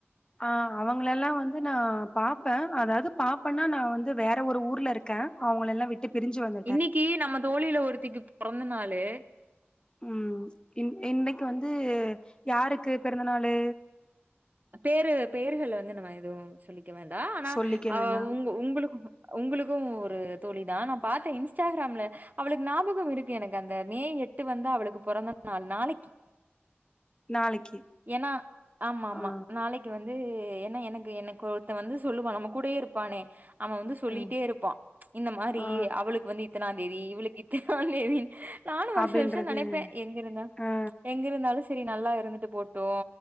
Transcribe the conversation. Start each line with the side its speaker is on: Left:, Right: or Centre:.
Left: ஆ அவங்கள எல்லா வந்து நா பாப்ப அதாவது பாப்பன்னா நா வந்து வேற ஒரு ஊர்ல இருக் க அவங்கள எல்லா விட் டு பிரிஞ்சு வந்
Right: இன்னிக்கு நம்ம தோழியில ஒருத்திக்கு பொறந்தனாலு
Left: ம் இ இன்னிக்கு வந்து யாருக்கு பிறந்தநாளு
Right: பேரு பெயர்கள் வந்து நம்ம எதுவு சொல்லிக்க வேண்டா ஆனா
Left: சொல்லிக்க
Right: அ
Left: வேண்டாம்.
Right: உங்க உங்களுக்கு உங்களுக்கு ஒரு தோழிதா நா பாத்த இன்ஸ்டாகிராம்ல அவளுக்கு ஞாபகம் இருக்கு எனக்கு அந்த மே எட்டு வந்து அவளுக்கு பொறந்த நாள் நாளைக்கி
Left: நாளைக்கி
Right: ஏன்னா ஆம்மாம்மா
Left: ஆ
Right: நாளைக்கு வந்து என்ன எனக்கு எனக்கு ஒருத்தவ வந்து சொல்லுவா நம்ம கூடயே இருப்பானே அவ வந்து சொல்லிட்டே
Left: ஆ
Right: இருப்பா இந்த மாரி
Left: ஆ
Right: அவளுக்கு வந்து இத்தனாந்தேதி இவளுக்கு இத்தனாந் தேதினு நானு வருஷோ
Left: அப்டின்றது
Right: வருஷோ நெனைப்பே எங்க இருந்தா
Left: ஆ
Right: எங்க இருந்தாலும் சரி நல்லா இருந்துட்டு போட்டு